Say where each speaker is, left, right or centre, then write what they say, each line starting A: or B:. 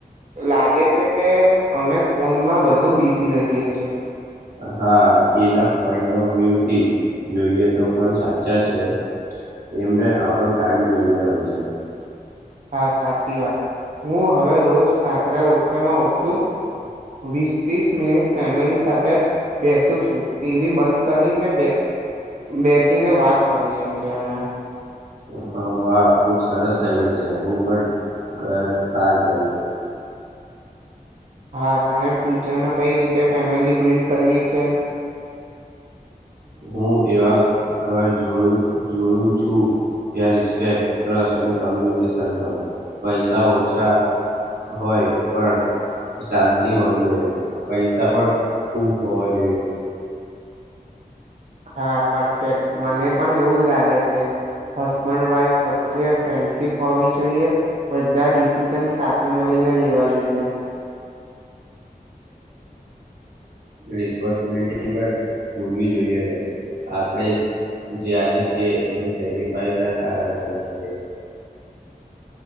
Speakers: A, on the right (about 50°); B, on the right (about 85°).
A: લાગે છે કે અમે ફોનમાં વધુ બિઝી રહીએ છીએ
B: હા એના પોઈન્ટ ઓફ વ્યુ થી જોઈએ તો પણ સાચા છે એમને આપણો ટાઈમ જોઈએ હોય છે
A: હા સાચી વાત હું હવે રોજ રાત્રે ઓછામાં ઓછું વીસ ત્રીસ મિનિટ ફેમિલી સાથે બેસ ું ટીવી બંધ કરીને બેસીને વાત કરીએ છીએ અમે
B: હા વાહ ખુબ સરસ હેબીટ છે હું પણ ટ ટ્રાય કરીશ
A: હા તને ફ્યુચરમાં કઈ રીતે ફેમિલી બિલ્ડ કરવી છે
B: હું એવા ઘર જોયું જોયું છું ત્યાં રિસ્પેક ટ્રસ્ટ અને કોમ્યુનિકેશન હોય પૈસા ઓછા હોય પણ શાંતિ હોવી જોઈએ પૈસા પણ ખુબ હોવા જોઈએ
A: હા પરફેક્ટ મને પણ એવું જ લાગે છે હસબેન્ડ વાઈફ વચ્ચે ફ્રેન્ડશીપ હોવી જોઈએ બધા ડિસિશન સાથે મળીને લેવા જોઈએ
B: રિસ્પોન્સબિલિટી પર ભૂલવી જોઈએ ન આપણે જે આજે છે એમની સેક્રિફાઈસ ના કારણે છે